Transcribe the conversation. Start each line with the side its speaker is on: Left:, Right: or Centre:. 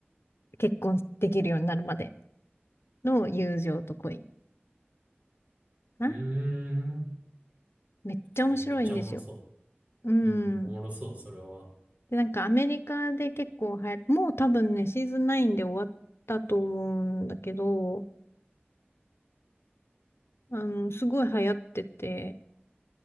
Left: 結婚できるようになるまでの友情と恋かな。
Right: うーん。
Left: めっちゃ面白いんですよ。
Right: 確かにめっちゃおもろそ
Left: うん。
Right: う。うん、おもろそう、それは。
Left: で、なんかアメリカで結構流行、もう多分ね、シーズン9で終わったと思うんだけど、あの、すごい流行ってて、